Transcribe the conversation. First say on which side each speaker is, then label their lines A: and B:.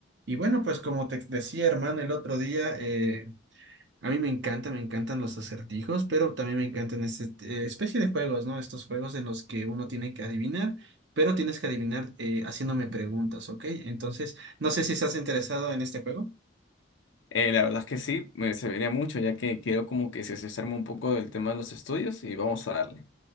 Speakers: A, on the right; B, on the left.
A: Y bueno, pues como te decía, hermano, el otro día, eh, a mí me encanta, me encantan los acertijos, pero también me encantan esta especie de juegos, ¿no? Estos juegos en los que uno tiene que adivinar, pero tienes que adivinar eh, haciéndome preguntas, ¿ok? Entonces, no sé si estás interesado en este juego.
B: Eh, la verdad es que sí, me serviría mucho, ya que quiero como que se desarme un poco del tema de los estudios y vamos a darle.